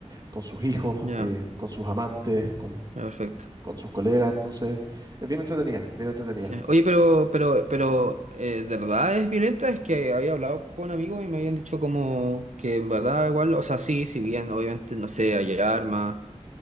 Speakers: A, on the right (about 35°); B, on the right (about 85°).
A: con sus hijos,
B: Ya,
A: eh, con sus amantes, con,
B: ya, perfecto.
A: con sus colegas. Entonces es bien entretenida, es bien entretenida.
B: Sí. Oye, pero, pero, pero, eh, ¿de verdad es violenta? Es que había hablado con amigos y me habían dicho como que en verdad igual, o sea, sí, si bien obviamente, no sé, hay armas,